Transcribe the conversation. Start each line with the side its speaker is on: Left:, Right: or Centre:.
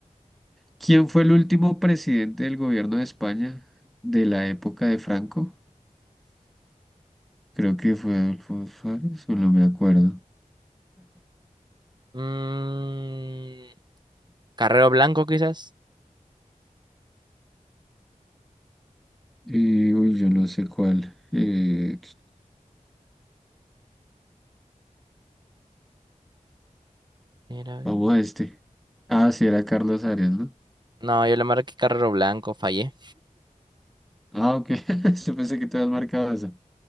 Centre: ¿Quién fue el último presidente del gobierno de España de la época de Franco? Creo que fue Adolfo Suárez, o no me acuerdo.
Right: Mm, Carrero Blanco, quizás.
Centre: Y, uy, yo no sé cuál. Eh,
Right: Era-
Centre: Vamos a este. Ah, sí, era Carlos Arias, ¿no?
Right: No, yo le marqué Carrero Blanco, fallé.
Centre: Ah, ok. <laughs> Yo pensé que te habías marcado esa.